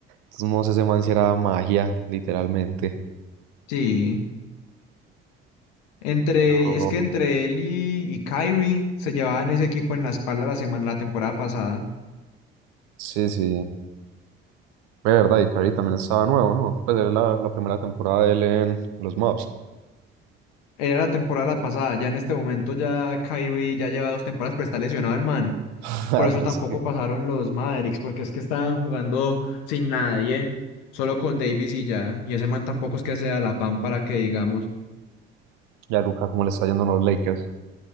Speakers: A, on the right (about 70°); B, on the left (about 70°).
A: todos modos, ese man sí era magia, literalmente.
B: Sí, entre,
A: Pero,
B: es que entre él y, y Kyrie se llevaban ese equipo en la espalda la semana, la temporada pasada.
A: sí, sí, de verdad, y Curry también estaba nuevo, ¿no? Pues era la, la primera temporada de él en los Mavs.
B: Era la temporada pasada, ya en este momento ya Kyrie ya lleva dos temporadas, pero está lesionado el man.
A: <laughs>
B: Por
A: Ah,
B: eso
A: Pero
B: tampoco
A: es que,
B: pasaron los Mavericks, porque es que estaban jugando sin nadie, solo con Davis y ya. Y ese man tampoco es que sea la pan para que digamos,
A: ya Luca, ¿cómo le está yendo a los Lakers?